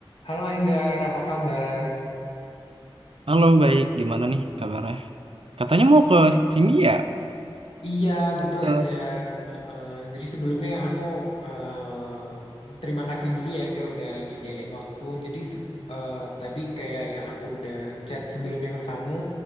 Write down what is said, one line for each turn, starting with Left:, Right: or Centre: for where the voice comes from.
Left: Halo Enggar, apa kabar?
Right: Halo, baik. Gimana nih kabarnya? Katanya
Left: Oke.
Right: mau ke sini ya?
Left: Iya, betul
Right: Ke
Left: Enggar. Heeh, jadi sebelumnya aku eh, terima kasih dulu ya Enggar udah nyediain waktu. Jadi se- eh, tadi kayak yang aku udah chat sebelumnya ke kamu,